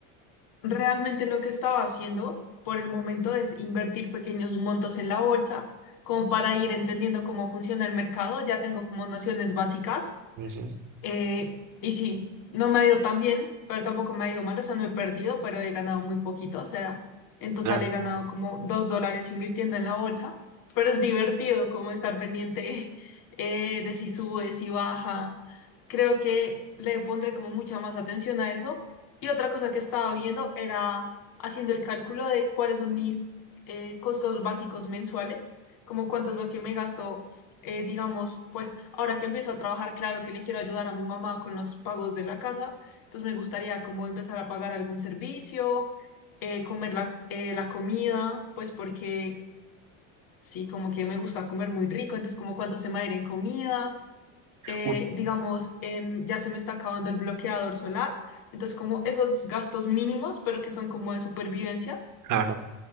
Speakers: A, on the left (about 60°); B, on the right (about 50°).
A: realmente lo que estaba haciendo por el momento es invertir pequeños montos en la bolsa, como para ir entendiendo cómo funciona el mercado. Ya tengo como nociones básicas
B: Ujú,
A: eh, y sí, no me ha ido tan bien, pero tampoco me ha ido mal, o sea, no he perdido, pero he ganado muy poquito, o sea, en total
B: Claro,
A: he ganado como dos dólares invirtiendo en la bolsa, pero es divertido como estar pendiente <laughs> eh, de si sube, si baja. Creo que le pondré como mucha más atención a eso. Y otra cosa que estaba viendo era haciendo el cálculo de cuáles son mis eh, costos básicos mensuales, como cuánto es lo que me gasto eh, digamos, pues ahora que empiezo a trabajar, claro que le quiero ayudar a mi mamá con los pagos de la casa, entonces me gustaría como empezar a pagar algún servicio, eh, comer la, eh, la comida, pues porque sí, como que me gusta comer muy rico, entonces como cuánto se me va a ir en comida, eh,
B: Uh,
A: digamos, em, ya se me está acabando el bloqueador solar, entonces como esos gastos mínimos, pero que son como de supervivencia
B: claro,